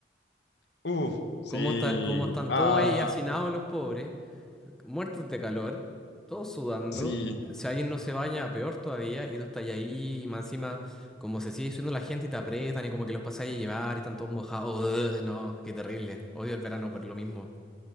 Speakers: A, on the left; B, in the centre.
A: Uf, sí.
B: ¿Cómo está, cómo están
A: Ah,
B: todos ahí hacinados los pobres? muertos de calor, todos sudando.
A: sí.
B: eh, Si alguien no se baña, peor todavía, y tú estás ahí, y más encima, como se sigue subiendo la gente y te aprietan, y como que los pasáis a llevar y están todos mojados. Ugh, no, qué terrible. Odio el verano por lo mismo.